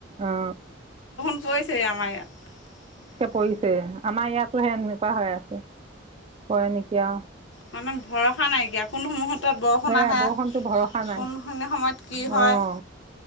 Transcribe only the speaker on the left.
পইচে আমাৰ ইয়াত।
মানে ভৰসা নাইকিয়া কোনোসমূহত ত বৰষুণ
আহে
কোনখিনি
সময়ত কি হয়